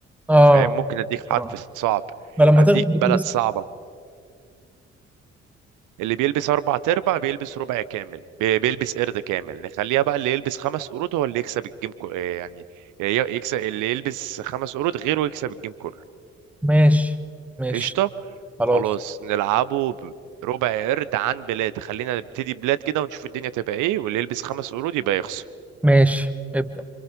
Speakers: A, in the centre; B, on the right.
A: اه
B: فاهم ممكن اديك حرف
A: اه
B: صعب
A: فلما
B: اديك
A: تغلب
B: بلد
A: بتلبس
B: صعبه اللي بيلبس اربع تربع بيلبس ربع كامل بي- بيلبس قرد كامل نخليها بقى اللي يلبس خمس قرود هو اللي يكسب الجيم كو... آه، يعني ي- يكسب اللي يلبس خمس قرود غيره يكسب الجيم كله
A: ماشي ماشي
B: قشطة
A: خلاص
B: خلاص نلعبه ب- ربع قرد عن بلاد خلينا نبتدي بلاد كده ونشوف الدنيا تبقى ايه واللي يلبس خمس قرود يبقى يخسر
A: ماشي ابدأ